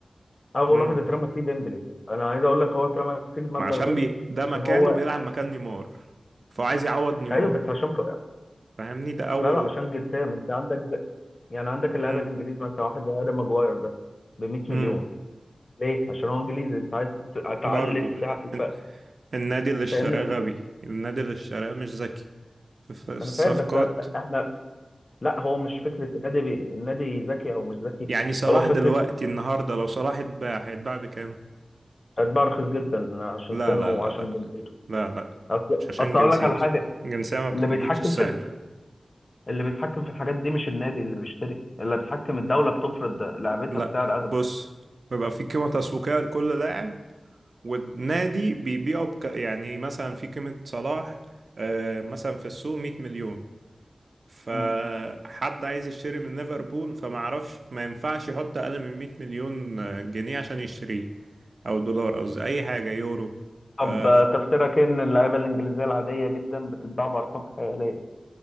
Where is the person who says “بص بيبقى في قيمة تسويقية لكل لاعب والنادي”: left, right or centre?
Right